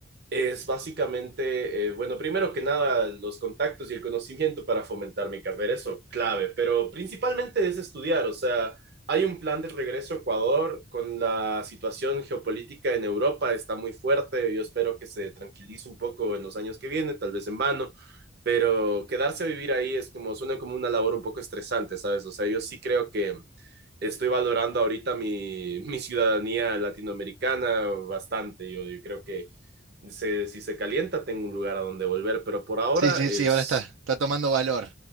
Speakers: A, on the right; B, on the right.
A: es básicamente, eh, bueno, primero que nada, los contactos y el conocimiento para fomentar mi carrera, eso clave, pero principalmente es estudiar, o sea, hay un plan de regreso a Ecuador con la situación geopolítica en Europa, está muy fuerte, yo espero que se tranquilice un poco en los años que vienen, tal vez en vano, pero quedarse a vivir ahí es como, suena como una labor un poco estresante, ¿sabes? O sea, yo sí creo que estoy valorando ahorita mi, <laughs> mi ciudadanía latinoamericana bastante, yo, yo creo que se, si se calienta, tengo un lugar a donde volver, pero por ahora
B: Sí, sí,
A: es...
B: sí, ahora está, está tomando valor